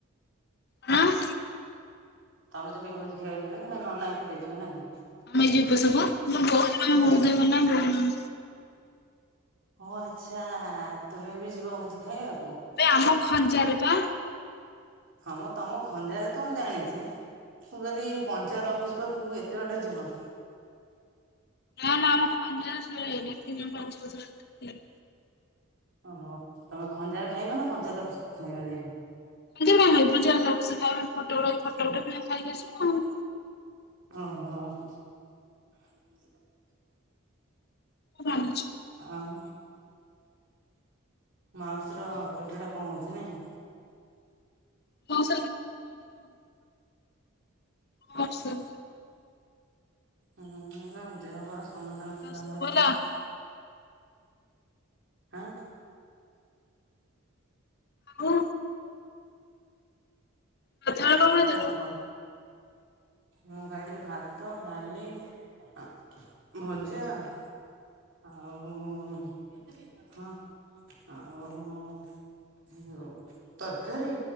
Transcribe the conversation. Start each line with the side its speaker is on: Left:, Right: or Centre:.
Left: ହଁ
Right: ତମେ ତ କେ ଭୋଜି ଖାଇବାକୁ ଯିବନି ନନା ଏକୁଟିଆ ଯିବେ ନା କଣ
Left: ଆମେ ଯିବୁ ପା ସବୁ ମୋ ବୋଉ ଦେହ ଭଲ ନାହିଁ <unintelligible>
Right: ହ ଆଚ୍ଛା ତୁମେ ବି ଯିବ ଭୋଜି ଖାଇବାକୁ
Left: ଏବେ ଆମ ଖଞ୍ଜାରେ ବା
Right: ହଁ ମ ତମ ଖଞ୍ଜାରେ ତ ମୁଁ ଜାଣିଛି। ମୁଁ କହିଲି ପଞ୍ଚାୟତ ଅଫିସ୍ ପାଖକୁ ଏତେ ବାଟ ଯିବ
Left: ନା ନା ଆମ ଖଞ୍ଚା <unintelligible> ପାଜ ଟ
Right: ଓହୋ ତମେ ଖଞ୍ଜାରେ ଖାଇବ ନା ପଞ୍ଚାୟତ ଅଫିସ୍ କୁ ଖାଇବ ଯାଇ
Left: ଯିବୁ <unintelligible> ଫୋଟ ଉଠେଇବୁ ଖାଇକି ଆସିବୁ ଆଉ
Right: ଓହୋ <inaudible>
Left: ମାନୁଛି
Right: ଆଉ ମାଉସୀର ପେଟ ଟା କଣ ହଉଛି ନାଇଁ
Left: ମସ <unintelligible>
Right: ହୁଁ ଦେହ ପା ସମସ୍ତଙ୍କ ଖରାପ
Left: ଆଉ ସବୁ
Right: ହଉଛି
Left: ଭଲ
Right: ଆଉ। ହାଁ।
Left: ଆଉ ଗାଧୁଆବେଳେ
Right: ହୁଁ
Left: କଣ ଖାଇଥିଲୁ?
Right: ତୁ ଭ ମୁଁ ଖାଇଥିଲି ଭାତ, ଡାଲି ଅ ଭଜା। ଆଉ ହଁ ଆଉ। ଉଁ ଅଉ ତରକାରୀ